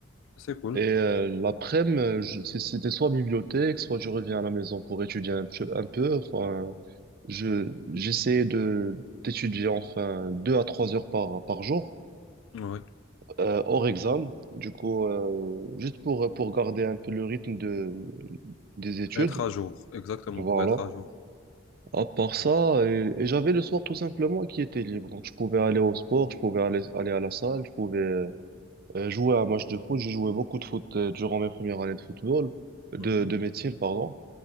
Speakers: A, on the left; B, on the right.
A: C'est cool.
B: Et euh, l'après-midi, euh, je- c'est- c'était soit bibliothèque, soit je reviens à la maison pour étudier un peu, un peu. Enfin, je, j'essayais de, d'étudier enfin deux à trois heures par, par jour,
A: Oui.
B: euh, hors examen. Du coup, euh, juste pour, pour garder un peu le rythme de, des études.
A: Être à jour, exactement,
B: Voilà.
A: pour être à jour.
B: À part ça, et, et j'avais le soir tout simplement qui était libre. Donc, je pouvais aller au sport, je pouvais aller, aller à la salle, je pouvais. Euh, jouer à un match de foot, j'ai joué beaucoup de foot euh, durant mes premières années de football, de,
A: Mhm.
B: de métier, pardon.